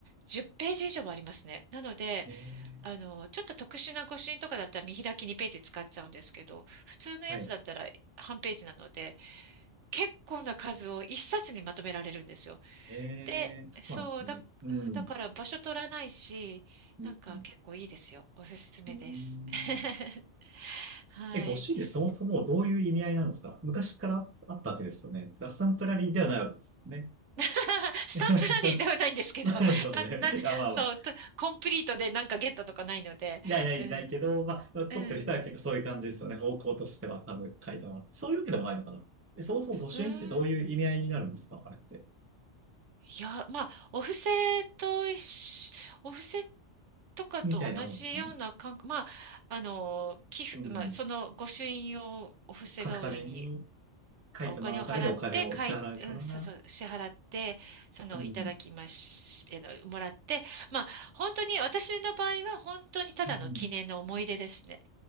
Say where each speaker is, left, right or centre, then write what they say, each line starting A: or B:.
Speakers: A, on the right; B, on the right.
A: 10ページ以上はありますね。なので、
B: えー
A: あの、ちょっと特殊な誤診とかだったら見開き2ページ使っちゃうんですけど、普通のやつだったら半ページなので、
B: はい。
A: 結構な数を一冊にまとめられるんですよ。
B: ええそうなんですね。
A: で、そうだ、
B: うん。
A: うん、だから場所取らないし、
B: うん
A: なんか結構いいですよ。おすすめです。
B: うん
A: <laughs> はい。
B: え、ご主人でそもそもどういう意味合いなんですか昔からあったわけですよね。アッサンプラリーではないわけですよね。
A: <laughs> スタンプラリーではないんですけど、
B: <laughs> ないですよね。
A: なん、な、
B: いや、まあまあ、
A: そう、とコンプリートでなんかゲットとかないので、
B: ないないないけど、
A: うん、
B: まあ、撮ってる人は結構そういう感じですよね。
A: うん、
B: 方向としては多分書いてもらって。そういうわけでもないのかな。え、そもそも御朱印ってどういう意味合いになるんですかあれって。
A: うん。いや、まあ、お布施と一緒、お布施とかと同じような感覚、
B: みたいなもんですかね。
A: まあ、あの、寄付、
B: うん。
A: まあ、その御朱印をお布施代わりに
B: 書くために、書いてもらうためにお金を支払うからな。
A: お金を払って、かい、うん、そうそう、支払って、その、
B: うん。
A: いただきまし、えの、もらって、まあ、本当に、私の場合は本当にただの記念の思い出ですね。
B: うん